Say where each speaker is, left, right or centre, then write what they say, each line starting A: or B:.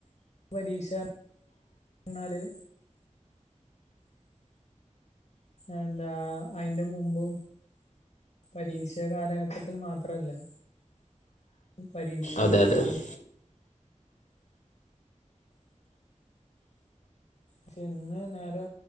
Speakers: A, on the left; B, on the left.
A: പരീക്ഷ റഞ്ഞാല് എന്താ അയിന്റെ മുമ്പും. പരീക്ഷ കാലഘട്ടത്തിൽ മാത്രല്ല പരീക്ഷ
B: അതെ അതെ
A: കാണ
B: അതെ
A: ക്ഷെ ഇന്ന് നേരെ